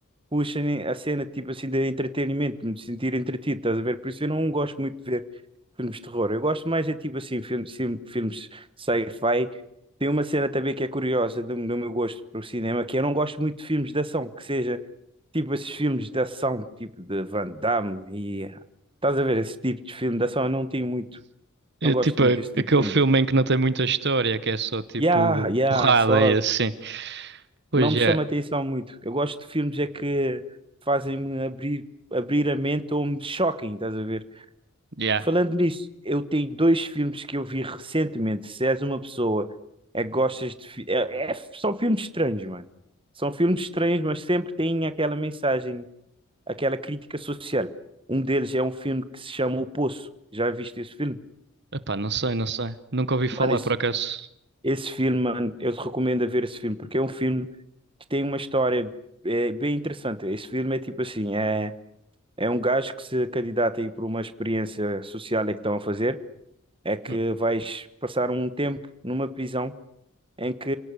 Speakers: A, on the right; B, on the right.
A: puxa a cena tipo assim de entretenimento, de me sentir entretido, estás a ver? Por isso eu não gosto muito de ver filmes de terror. Eu gosto mais é tipo assim, filmes, filmes sci-fi. Tem uma cena também que é curiosa do, do meu gosto para o cinema, que eu não gosto muito de filmes de ação, que seja tipo esses filmes de ação, tipo de Van Damme e estás a ver esse tipo de filme de ação, eu não tenho muito,
B: É
A: não gosto
B: tipo
A: muito
B: a-
A: desse tipo
B: aquele
A: de filme.
B: filme em que não tem muita história, que é só tipo
A: Yeah, yeah,
B: porrada
A: só
B: e assim. Pois
A: não me
B: é,
A: chama atenção muito. Eu gosto de filmes é que fazem-me abrir, abrir a mente ou me choquem, estás a ver?
B: já.
A: Falando nisso, eu tenho dois filmes que eu vi recentemente. Se és uma pessoa é que gostas de. fi- É, é- são filmes estranhos, mano. São filmes estranhos, mas sempre têm aquela mensagem, aquela crítica social. Um deles é um filme que se chama O Poço. Já viste esse filme?
B: Epá, não sei, não sei. Nunca ouvi falar,
A: Mano, esse,
B: por acaso.
A: Esse filme, mano, eu te recomendo a ver esse filme, porque é um filme que tem uma história é, bem interessante. Esse filme é tipo assim, é, é um gajo que se candidata aí por uma experiência social é que estão a fazer, é que
B: Hum,
A: vais passar um tempo numa prisão em que